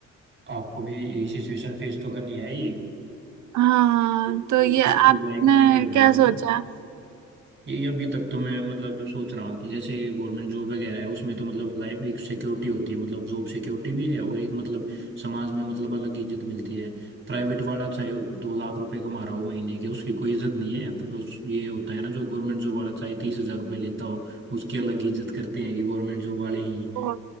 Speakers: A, on the right; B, on the right.
A: आपको भी यही सिचुएशन फेस तो करनी है ही
B: हाँ
A: मतलब
B: तो ये
A: खुद तो
B: आपने
A: लाइक माइंडेड हो
B: क्या
A: गए
B: सोचा
A: हैं ये अभी तक तो मैं मतलब सोच रहा हूँ कि जैसे गवर्नमेंट जॉब वगैरह है उसमें तो मतलब लाइफ एक सिक्योरिटी होती है मतलब जॉब सिक्योरिटी भी है और एक मतलब समाज में मतलब अलग इज्जत मिलती है प्राइवेट वाला चाहे दो लाख रुपए कमा रहा हो महीने के उसकी कोई इज्जत नहीं है पर उस ये होता है ना जो गवर्नमेंट जॉब वाला चाहे तीस हजार रुपये लेता हो उसकी अलग इज्जत करते हैं कि गवर्नमेंट जॉब वाले ही
B: वो